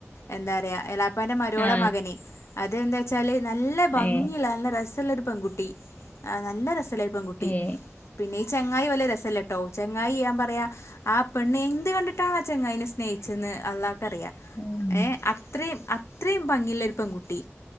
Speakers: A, on the left; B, on the left.
A: എന്താ പറയാ എള- പ്പാന്റെ മരുമോടെ
B: ആ
A: മകന് അത് എന്താ വെച്ചാല് നല്ല ഭംഗിയുള്ള
B: ഏ
A: നല്ല രസള്ള ഒരു പെൺകുട്ടി നല്ല രസമുള്ളൊരു പെൺകുട്ടി
B: ഏ
A: പിന്നെ ഈ ചെങ്ങായി വെല്യ രസല്ലട്ടോ ചെങ്ങായി ഞാൻ പറയാ ആ പെണ്ണ് എന്ത് കണ്ടിട്ടാണ് ആ ചെങ്ങായിനെ സ്നേഹിച്ച ഞ അള്ളാക്കറിയ
B: ഉം
A: അത്രിം അത്രിം ഭംഗിള്ള ഒരു പെൺകുട്ടി